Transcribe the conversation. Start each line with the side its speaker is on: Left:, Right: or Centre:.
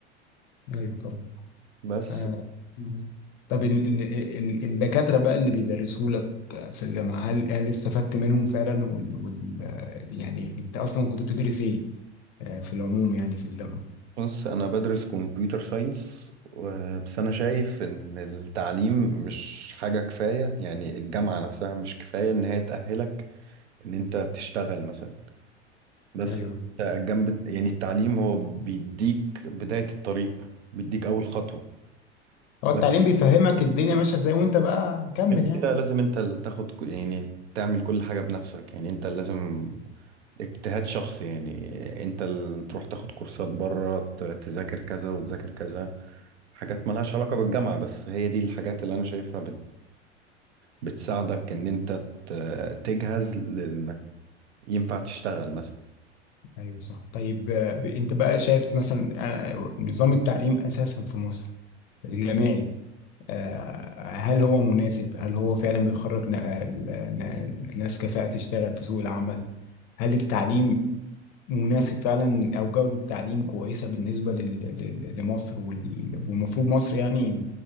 Left: ايوه طبعا
Right: بس
Left: آه. مم. طب ال- ال- ال- الدكاترة بقى اللي بيدرسوا لك في الجامعة هل هل استفدت منهم فعلا وال... وال... يعني انت اصلا كنت بتدرس ايه آه، في العموم يعني في الجامعة
Right: بص انا بدرس كمبيوتر ساينس بس انا شايف ان التعليم مش حاجه كفايه يعني الجامعه نفسها مش كفايه ان هي تأهلك ان انت تشتغل مثلا بس
Left: ايوه
Right: انت جنب يعني التعليم هو بيديك بداية الطريق بيديك اول خطوة
Left: هو
Right: بس
Left: التعليم بيفهمك الدنيا ماشية ازاي وانت بقى كمل
Right: غير
Left: يعني
Right: كده لازم انت اللي تاخد ك- يعني تعمل كل حاجة بنفسك يعني انت لازم اجتهاد شخصي يعني انت اللي تروح تاخد كورسات بره ت- تذاكر كذا وتذاكر كذا حاجات ملهاش علاقة بالجامعة بس هي دي الحاجات اللي انا شايفها بت... بتساعدك ان انت ت- تجهز لانك ينفع تشتغل مثلا
Left: ايوه صح طيب آه، ب- انت بقى شايف مثلا آه، نظام التعليم اساسا في مصر الجامعي آه، هل هو مناسب هل هو فعلا بيخرج ن- ن- ناس كفاءة تشتغل في سوق العمل هل التعليم مناسب فعلا او جوده التعليم كويسه بالنسبه لل- لل- لمصر وال- والمفروض مصر يعني